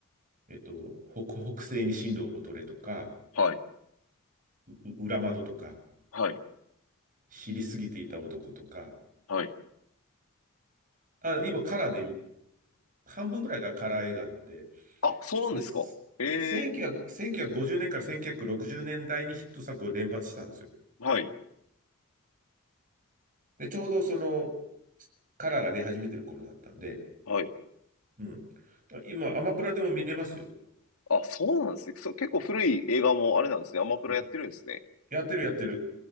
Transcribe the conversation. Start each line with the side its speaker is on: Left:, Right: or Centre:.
Right: えっと、北北西に進路を取れとか、
Left: はい、
Right: うう裏窓とか、
Left: はい、
Right: 知りすぎていた男とか、
Left: はい。
Right: あ、今カラーで、半分ぐらいがカラー映画なんで、
Left: あ、そうなんですか。
Right: で、1900、
Left: ええ
Right: 1950年から1960年代にヒット作を連発したんですよ。
Left: はい、
Right: で、ちょうどその、カラーが出始めてる頃だったんで、
Left: はい。
Right: うん。今、アマプラでも見れますよ。
Left: あ、そうなんですね。そう、結構古い映画もあれなんですね。アマプラやってるんですね。
Right: うんやってるやってる。